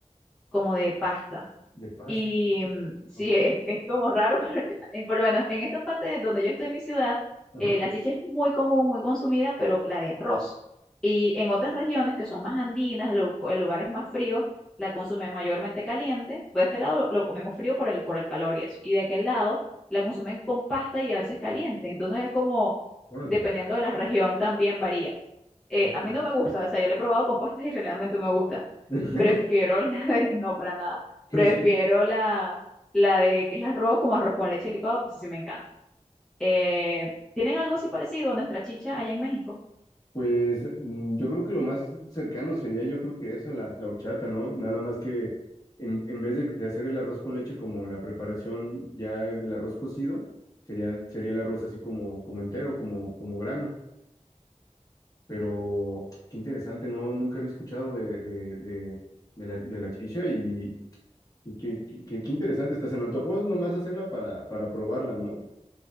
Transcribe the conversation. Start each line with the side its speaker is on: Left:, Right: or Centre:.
Centre: como de pasta.
Left: De pasta.
Centre: Y
Left: sí.
Centre: mm, sí,
Left: Ok.
Centre: es, es como raro, <laughs> pero yo- en- por lo menos en esta parte donde yo estoy en mi ciudad,
Left: Ajá.
Centre: eh, la chicha es muy común, muy consumida, pero la de arroz. Y en otras regiones que son más andinas, lu- en lugares más fríos, la consumen mayormente caliente. Por este lado lo, lo comemos frío por el, por el calor y eso. Y de aquel lado la consumen con pasta y a veces caliente. Entonces es como,
Left: Órale.
Centre: dependiendo de la región, también varía eh,
Left: Oh.
Centre: a mí no me gusta, o sea, yo la he probado con pastas y realmente me gusta.
Left: <laughs>
Centre: Prefiero la de, <laughs> no, para nada,
Left: Es
Centre: prefiero la, la de que es arroz como arroz con leche licuado, eso sí me encanta. Eh, ¿tienen algo así parecido a nuestra chicha allá en México?
Left: Pues mm, yo creo que lo más cercano sería, yo creo que eso, la, la horchata, ¿no? Nada más que en, en vez de, de hacer el arroz con leche como la preparación ya del arroz cocido, sería, sería el arroz así como, como entero, como, como grano. Pero qué interesante, ¿no? Nunca había escuchado de, de, de, de la, de la chicha y, y qué, qué, qué- qué interesante está. Se me antojó nomás hacerla para, para probarla, ¿no?